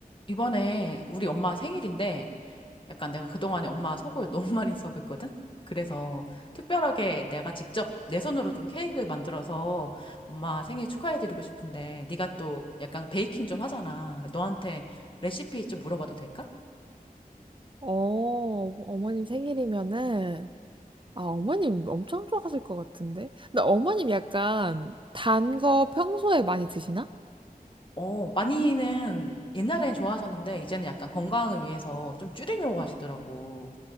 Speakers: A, on the left; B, on the right.
A: 이번에 우리 엄마 생일인데 약간 내가 그동안에 엄마 속을 <laughs> 너무 많이 썩였거든? 그래서 특별하게 내가 직접 내 손으로 좀 케이크 만들어서 엄마 생일 축하해드리고 싶은데 네가 또 약간 베이킹 좀 하잖아. 너한테 레시피 좀 물어봐도 될까?
B: 어, 어머님 생일이면은, 아, 어머님 엄청 좋아하실 것 같은데? 근데 어머님 약간 단 거 평소에 많이 드시나?
A: 어, 많이는 옛날에는 좋아하셨는데 이제는 약간 건강을 위해서 좀 줄이려고 하시더라고.